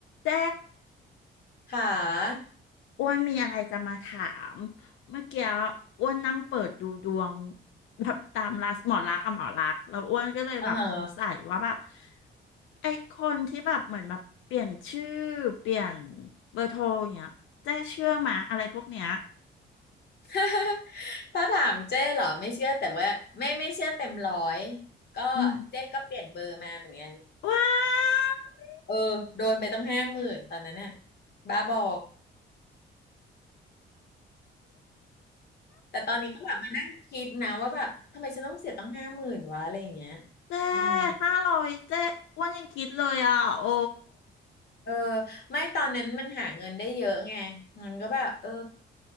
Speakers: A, on the left; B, on the left.
A: เจ๊
B: ค่ะ
A: อ้วนมีอะไรจะมาถามเมื่อกี้อ้วนนั่งเปิดดูดวงแบบตามราหมอลักษณ์กับหมอลักษณ์แล้วอ้วนก็เลยแบบสงสัยว่าแบบ
B: อ่าฮะ
A: ไอ้คนที่แบบเหมือนมาเปลี่ยนชื่อเปลี่ยนเบอร์โทรอย่างเงี้ยเจ๊เชื่อมาอะไรพวกเนี้ย
B: <laughs> ถ้าถามเจ้เหรอไม่เชื่อแต่ว่าไม่ไม่เชื่อเต็มร้อยก็เจ้ก็เปลี่ยนเบอร์มาเหมือนกัน
A: อืมว้าว
B: เออโดนไปต้องห้าหมื่นตอนนั้นน่ะบ้าบอแต่ตอนนี้ก็แบบมานั่งคิดนะว่าแบบทำไมฉันต้องเสียต้องห้าหมื่นวะอะไรอย่างเงี้ย
A: เจ๊
B: อืม
A: ห้าร้อยเจ๊อ้วนยังคิดเลยอ่ะโอ้
B: เออไม่ตอนนั้นมันหาเงินได้เยอะไงมันก็แบบเออ